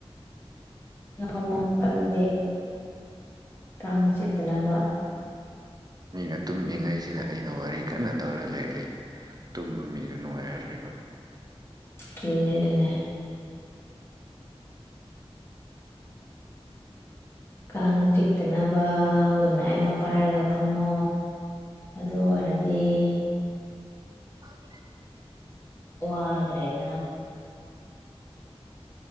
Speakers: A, on the left (about 25°); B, on the right (about 40°).
A: ꯐ ꯑꯗꯨꯗꯤ ꯀꯥꯡ ꯆꯤꯛꯇꯅꯕ
B: ꯃꯤꯅ ꯇꯨꯝꯂꯤꯉꯩꯁꯤꯗ ꯑꯩꯅ ꯋꯥꯔꯤ ꯀꯟꯅ ꯇꯧꯔꯒ ꯂꯩꯔꯜꯂꯤ ꯇꯨꯝꯕ ꯃꯤꯗ ꯅꯨꯡꯉꯥꯏꯔ ꯂꯩꯕ
A: ꯑꯗꯨꯅꯦ ꯑꯗꯨꯅꯦ ꯀꯥꯡ ꯆꯤꯛꯇꯅꯕ ꯒꯟꯅꯥꯏ ꯑꯃ ꯄꯥꯏꯔꯒ ꯐꯝꯃꯣ ꯑꯗꯨ ꯑꯣꯏꯔꯗꯤ ꯑ
B: ꯑꯗꯨ
A: ꯋꯥ ꯑꯗꯨ꯭ꯔꯦ ꯑꯗꯨꯅ